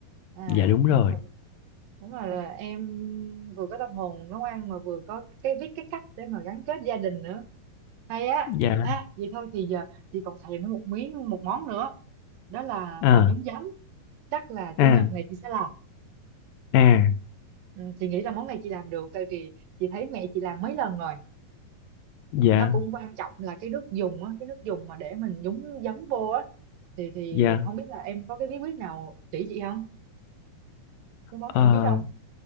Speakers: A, on the right; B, on the left.
A: à
B: dạ đúng rồi
A: đúng rồi đúng rồi là em vừa có tâm hồn nấu ăn mà vừa có cái biết cái cách để mà gắn kết gia đình nữa hay á
B: dạ
A: à vậy thôi thì giờ chị còn thèm nó một miếng một món nữa đó là
B: à
A: bò nhúng giấm chắc là
B: à
A: chủ nhật này chị sẽ làm
B: à
A: ừ, chị nghĩ là món này chị làm được tại vì chị thấy mẹ chị làm mấy lần rồi
B: dạ
A: nó cũng quan trọng là cái nước dùng á cái nước dùng mà để mình nhúng giấm vô á thì thì
B: dạ
A: không biết là em có cái bí quyết nào chỉ chị không cái món
B: Ờ,
A: này em biết không